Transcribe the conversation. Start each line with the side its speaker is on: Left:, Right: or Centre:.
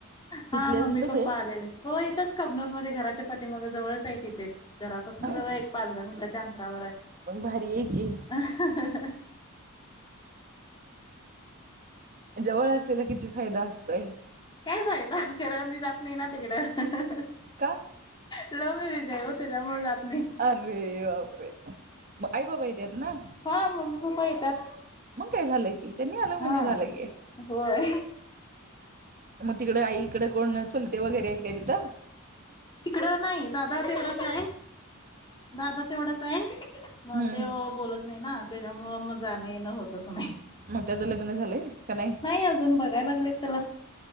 Left: हा
Right: तिथल्या
Left: मम्मी
Right: तिथंच
Left: पप्पा
Right: आहेत
Left: आलेले. हो इथंच कबनूरमध्ये घराच्या पाठीमाग जवळच आहेत इथेच. घरापासून
Right: ह
Left: जवळ एक पाच दहा मिनटच्या अंतर रावराय
Right: मग भारी आहे की.
Left: <unintelligible>
Right: जवळ असलेला किती फायदा असतोय?
Left: काय फायदा? खरं मी जात नाही ना तिकडं.
Right: का
Left: लव मॅरेज आहे ओ त्याच्यामुळ जात नाही.
Right: अरे बाप रे! मग आई बाबा येत्यात ना.
Left: हा मम्मी पप्पा येतात.
Right: मग काय झालं की त्यांनी आलं म्हणजे
Left: हां,
Right: झालं की
Left: होय.
Right: मग तिकडे आईकड कोण चुलते वगैरे आहेत काय तिथं?
Left: तिकडं नाही. दादा तेवढाच आहे, दादा तेवढाच आहे. म
Right: हम्म
Left: त्यो बोलत नाही ना. त्याच्यामूळ मग जाणं येणं होतच नाही.
Right: मग त्याचं लग्न झालंय का नाही?
Left: अजून बघायला लागलेत त्याला